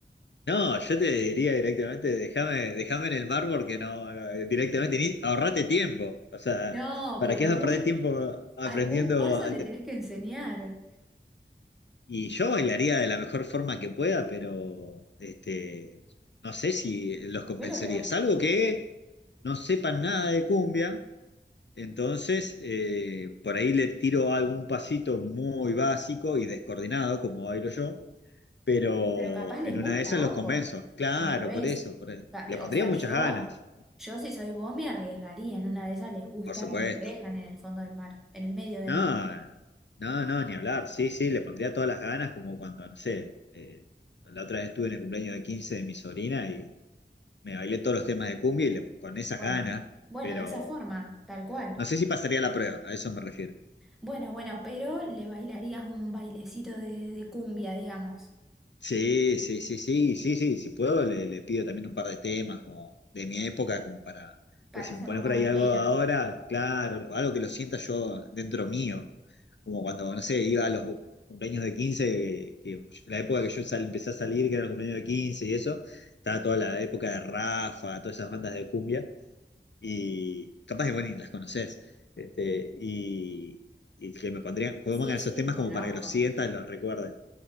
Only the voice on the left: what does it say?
No, yo te diría directamente, déjame, déjame en el mar porque no, eh, directamente, ni, ahorrate tiempo. O sea,
¿para
qué
vas a perder tiempo aprendiendo?
Y yo bailaría de la mejor forma que pueda, pero este, no sé si los convencería.
Salvo que no sepan nada de cumbia, entonces eh, por ahí le tiro algún pasito muy básico y descoordinado, como bailo yo, pero
en
una de esas
los convenzo. Claro,
por eso, por eso.
Le pondría
muchas
ganas,
por supuesto.
No,
no, no, ni hablar. Sí, sí, le pondría todas las ganas, como cuando, no sé, eh, la otra vez estuve en el cumpleaños de 15 de mi sobrina y me bailé todos los temas de cumbia y le- con esas
ganas,
pero
no sé si pasaría la prueba, a eso me refiero.
Sí, sí, sí, sí, sí, sí, si puedo le, le pido también un par de temas como de mi época, como para,
pues si
me pones
por ahí
algo de ahora, claro, algo que lo sienta yo dentro mío, como cuando, no sé, iba a los cumpleaños de 15 que, que la época que yo sal- empecé a salir, que era el cumpleaños de 15 y eso, estaba toda la época de Rafa, todas esas bandas de cumbia, y capaz que, bueno, ni las conoces, este, y, y que me pondrían, pongan
esos
temas
como para que los sientas, los recuerdes,